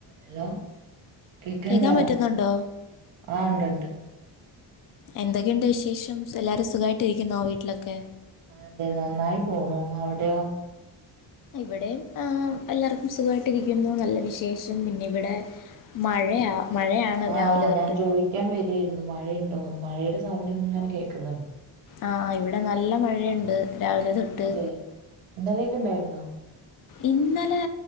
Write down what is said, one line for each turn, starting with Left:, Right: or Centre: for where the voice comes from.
Right: ഹലോ കേക്കണ്ടോ
Left: കേൾക്കാൻ പറ്റുന്നുണ്ടോ
Right: ആഹ ഉണ്ടണ്ട്
Left: എന്തൊക്കെയുണ്ട് വിശേഷം എല്ലാരും സുഖമായിട്ട് ഇരിക്കുന്നോ വീട്ടിലൊക്കെ
Right: അതെ നന്നായി പോണു അവിടെയോ
Left: ഇവിടെ എല്ലാർക്കും സുഖമായിട്ട്ിരിക്കുന്നു നല്ല വിശേഷം പിന്നെ ഇവിടെ മഴയാ മഴയാണ്
Right: ആഹ
Left: രാവിലെ തൊട്ട്
Right: ഞാൻ ചോദിക്കാൻ വരിായിരുന്നു മഴയുണ്ടോന്ന് മഴയുടെ സൗണ്ട് ഇങ്ങനെ കേക്കുന്നുണ്ട്
Left: ആ ഇവിടെ നല്ല മഴയുണ്ട് രാവിലെ തൊട്ട്
Right: അതെ ഇന്നലെയൊക്കെ ഉണ്ടായിരുന്നോ
Left: ഇന്നലെ